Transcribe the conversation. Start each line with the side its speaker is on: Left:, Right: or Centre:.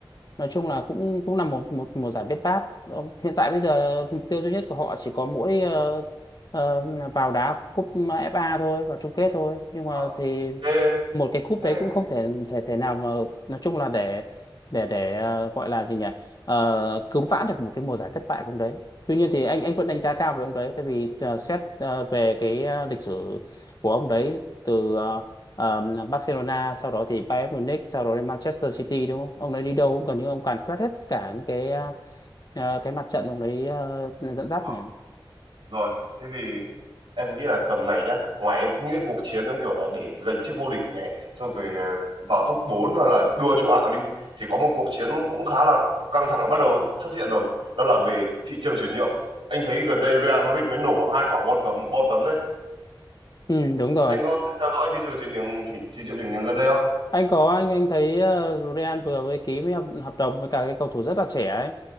Left: nói chung là cũng cũng là một một một giải bết bát Ờ, hiện tại bây giờ mục tiêu duy nhất của họ chỉ có mỗi ờ, ờ, vào đá cúp FA thôi vào chung kết thôi nhưng mà
Right: ờ,
Left: thì
Right: thế
Left: một cái cúp
Right: thế
Left: đấy cũng không thể thể thể nào mà nói chung là để để để ờ, gọi là gì nhỉ Ờ, cứu vãn được một cái mùa giải thất bại của ông đấy tuy nhiên thì anh anh vẫn đánh giá cao về ông đấy tại vì ờ, xét ờ, về cái ờ, lịch sử của ông đấy từ ờ, ờ, Barcelona sau đó thì Bayern Munich sau đó đến Manchester City đúng không ông ấy đi đâu cũng gần như ông càn quét hết cả những cái ờ, ờ, cái mặt trận ông ấy ờ, dẫn dắt
Right: ờ,
Left: mà
Right: rồi, thế thì em nghĩ là tầm này nhá ngoài những cái cuộc chiến giống kiểu là để giành chức vô địch này xong rồi ờ, vào top 4 hoặc là đua trụ hạng đi thì có một cuộc chiến cũng khá là căng thẳng bắt đầu xuất hiện rồi đó là về thị trường chuyển nhượng anh thấy gần đây Real Madrid mới nổ hai quả bom tấn bom tấn đấy
Left: ừ, đúng rồi
Right: anh có theo dõi thị trường chuyển nhượng thị, thị trường chuyển nhượng gần đây không
Left: anh có anh anh thấy ờ, Real vừa mới ký với hợp, hợp đồng với cả cái cầu thủ rất là trẻ ấy